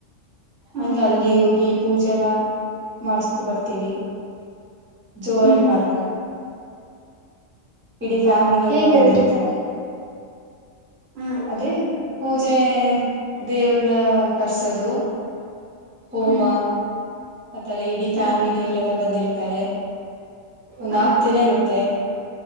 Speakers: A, on the right; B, on the right.
A: ಹ
B: ಹಂಗೆ ಅಲ್ಲಿ ಹೋಗಿ ಪೂಜೆ ಮತ್ತೆ ಎಲ್ಲಾ ಮಾಡಸ್ಕೊ ಬರ್ತೀವಿ ಜೋರಾಗಿ
A: ಹ್ಮ್
B: ಮಾಡ್ತಾರೆ ಇಡೀ ಫ್ಯಾಮಿಲಿ
A: ಹೇಗಿರುತ್ತೆ
B: ಎಲ್ಲಾ ಬಂದಿರ್ತಾರೆ
A: ಪೂಜೆ ಹ
B: ಅದೇ ಪೂಜೆ ದೇವ್ರನ ಕರ್ಸೋದು ಹೋಮ
A: ಹ್ಮ್
B: ಆ ತರ ಇಡೀ ಫ್ಯಾಮಿಲಿ
A: ಹ
B: ಅವರೆಲ್ಲ ಬಂದಿರ್ ತ್ತಾರೆ ಒಂದ್
A: ಹ
B: ನಾಕ್ ದಿನ ಇರುತ್ತೆ